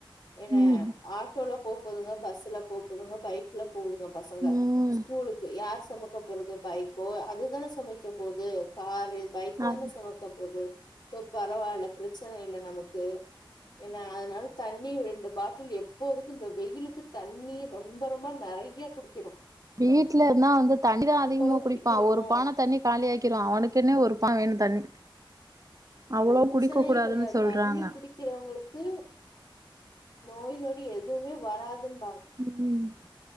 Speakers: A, on the left (about 55°); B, on the right (about 40°).
A: என்ன
B: ம்
A: ஆட்டோல போ போதுங்க பஸ்ல போ போதுங்க பைக்ல போகுதுங்க பசங்க
B: ம்
A: ஸ்கூலுக்கு யார் செமப் க்கபோறது போ அதுதானே சமைக்க போது கார் பைக்கு
B: அது
A: தான சுமக்க போகுது இப்போ பரவால்ல பிரச்சனை இல்ல நமக்கு ஏன்னா அதனால தண்ணி ரெண்டு பாட்டில் எப்போதுக்கும இந்த வெயிலுக்கு தண்ணி ரொம்ப ரொம்ப ரொம்ப நெறைய குடிக்கணும்
B: வீட்ல இருந்தா வந்து தண்ணிதான் அதிகமா
A: எவ்ளோ
B: குடிப்பான்
A: குடிக்கிறோமோ
B: ஒரு பானை தண்ணி காலியாக்கிருவான் அவனுக்குன்னே ஒரு பான் வேணும் தண்ணி அவ்ளோ
A: பிரச்சனையே
B: குடிக்க கூடாதுன்னு
A: கெடையாது
B: சொல்றாங்க
A: தண்ணி குடிக்கிறவங்களுக்கு நோய் நொடி எதுவுமே வராதுன்
B: உம்